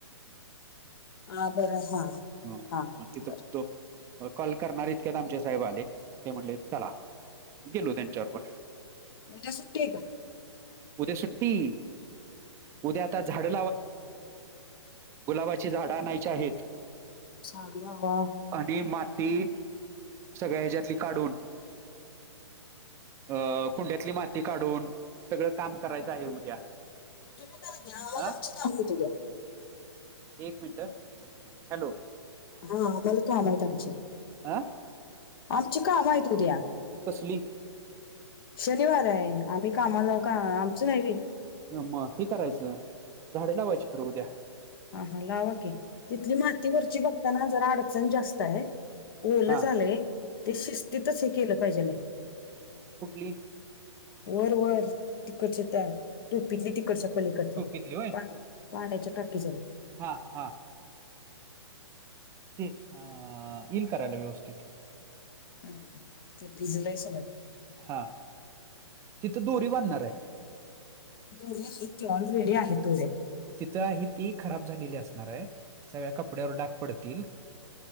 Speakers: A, on the left; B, on the right.
A: हा बरं हा
B: मग
A: हा
B: तिथं
A: बर
B: तो कॉल करणार इतक्यात आमचे साहेब आले ते म्हणले चला गेलो त्यांच्या बरोबर
A: उद्या सुट्टी आहे का
B: उद्या सुट्टी उद्या आता झाडं गुलाबाची झाडं आणायची आहेत
A: साडी लावा
B: आणि माती सगळ्या ह्याच्यातली काढून अं कुंड्यातली माती काढून सगळं काम करायचं आहे उद्या
A: तुम्ही करा की आम्हाला
B: हा
A: आमची काम आहेत उद्या
B: एक मिनट हॅलो
A: हा लय काम आहेत आमची
B: आं
A: आमची काम आहेत उद्या
B: कस
A: शनिवार आहे आम्ही कामाला का आमचं नाही व्हय
B: मग हे करायचं झाड लावायची खरं उद्या
A: हा हा लावा की तिथली मातीवरची बघताना जरा अडचण जास्त आहे ओलं
B: हा
A: झालय ते शिस्तीतच हे केलं पाहिजेलाय
B: कुठली
A: वर वर तिकडच्या त्या टोपीतली तिकडच्या पलीकडच्या
B: टोपीतली होय
A: पण पाण्याच्या टाकी जवळ
B: हा हां तेच येईल करायला व्यवस्थित
A: हम् ते भिजलय सगळ
B: हा तिथं दोरी बांधणार आहे
A: दोरी आहेत की ऑलरेडी आहेत दोऱ्या
B: तिथं आहे ती खराब झालेली असणार आहे सगळ्या कपड्यावर डाग पडतील